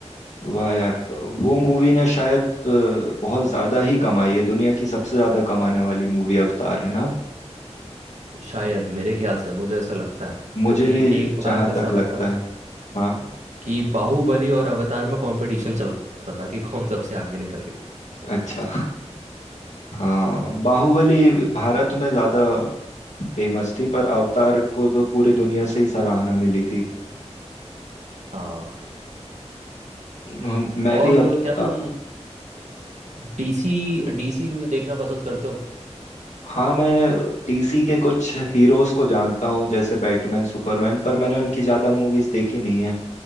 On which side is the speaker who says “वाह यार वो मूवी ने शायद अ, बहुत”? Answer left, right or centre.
Left